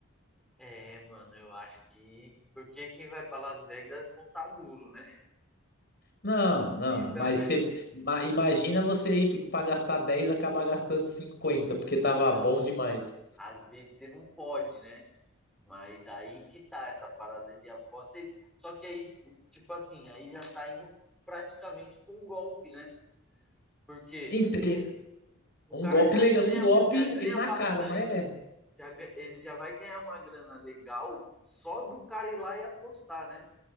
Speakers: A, in the centre; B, on the left (about 50°).
A: é, mano, eu acho que porque quem vai pra Las Vegas não tá duro, né?
B: Não, não,
A: Então,
B: mas
A: <laughs>
B: você ma- imagina você ir pra gastar 10, e acabar gastando 50 porque
A: então,
B: tava bom demais.
A: às vezes você não pode, né? Mas aí que tá essa parada de apostas Só que aí, tipo assim, aí já tá indo praticamente para um golpe, né? Porque
B: Ente-
A: o
B: Um
A: cara
B: golpe
A: já
B: legal,
A: ganha,
B: um golpe
A: já ganha
B: na
A: bastante.
B: cara, mas é.
A: Já, ga- ele já vai ganhar uma grana legal só do cara ir lá e apostar, né?